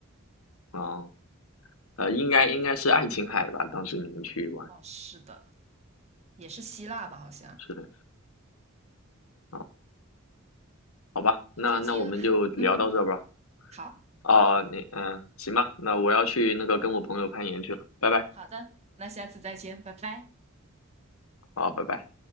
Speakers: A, on the left; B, on the right.
A: 啊。呃，应该应该是爱琴海吧？当时你们去玩，
B: 哦，是的，也是希腊吧，好像。
A: 是的，啊，好吧，
B: 我最近，
A: 那那我们就聊到这吧。
B: 嗯，好
A: 啊，你嗯，行吧，那我要去那个跟我朋友攀岩去了，拜拜，
B: 好的，那下次再见，拜拜。
A: 好，拜拜。